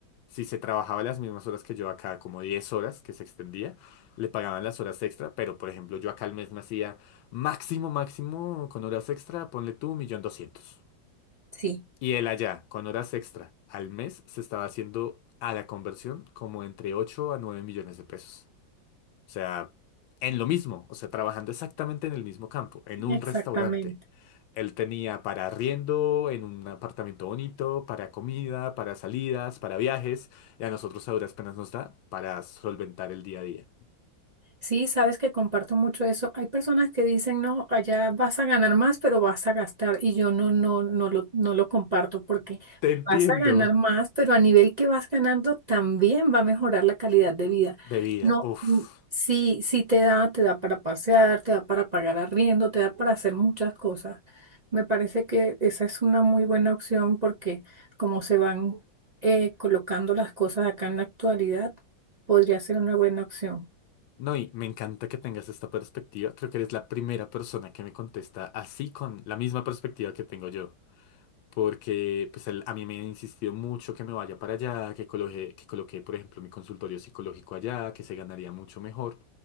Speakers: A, on the left; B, on the right.
A: Si se trabajaba las mismas horas que yo acá, como 10 horas que se extendía, le pagaban las horas extra. Pero, por ejemplo, yo acá al mes me hacía máximo, máximo con horas extra, ponle tú, un millón doscientos.
B: sí.
A: Y él allá, con horas extra al mes, se estaba haciendo a la conversión como entre 8 a 9 millones de pesos. O sea, en lo mismo, o sea, trabajando exactamente en el mismo campo, en un
B: exactamente.
A: restaurante. Él tenía para arriendo, en un apartamento bonito, para comida, para salidas, para viajes, y a nosotros a duras penas nos da para solventar el día a día.
B: Sí, sabes que comparto mucho eso. Hay personas que dicen, no, allá vas a ganar más, pero vas a gastar. Y yo no, no, no lo, no lo comparto porque
A: Te entiendo.
B: vas a ganar más, pero a nivel que vas ganando también va a mejorar la calidad de vida.
A: De vida,
B: No,
A: uff.
B: mm, sí, sí te da, te da para pasear, te da para pagar arriendo, te da para hacer muchas cosas. Me parece que esa es una muy buena opción porque como se van eh, colocando las cosas acá en la actualidad, podría ser una buena opción.
A: No, y me encanta que tengas esta perspectiva. Creo que eres la primera persona que me contesta así con la misma perspectiva que tengo yo. porque pues él- a mí me insistió mucho que me vaya para allá, que coloque, que coloque, por ejemplo, mi consultorio psicológico allá, que se ganaría mucho mejor.